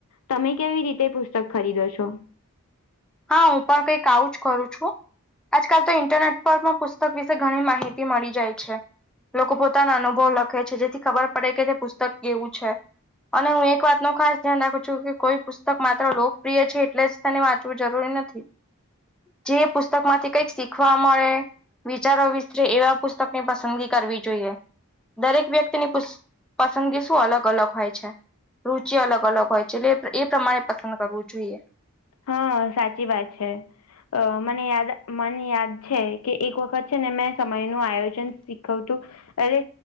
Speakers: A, on the left (about 80°); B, in the centre.
A: તમે કેવી રીતે પુસ્તક ખરીદો છો?
B: હા હું પણ કઈક આવું જ કરું છું. આજકાલ તો ઇન્ટરનેટ પર પણ પુસ્તક વિશે ઘણી માહિતી મળી જાય છે. લોકો પોતાના અનુભવ લખે છે જેથી ખબર પડે કે તે પુસ્તક કેવું છે. અને હું એક વાત નુ ખાસ ધ્યાન રાખું છું કે કોઈ પુસ્તક માત્ર લોકપ્રિય છે એટલે જ તેને વાંચવું જરૂરી નથી જે પુસ્તક માંથી કઈક શીખવા મળે વિચારો વિસ્તરે એવા પુસ્તકની પસંદગી કરવી જોઈએ દરેક વ્યક્તિની પસંદગી શું અલગ અલગ હોય છે. રુચિ અલગ અલગ હોય છે લે એ પ્રમાણે પસંદ કરવું જોઈએ.
A: હ સાચી વાત છે. અ મને યાદ મને યાદ છે કે એક વખત છે ને મેં સમય નું આયોજન શીખવતું અરે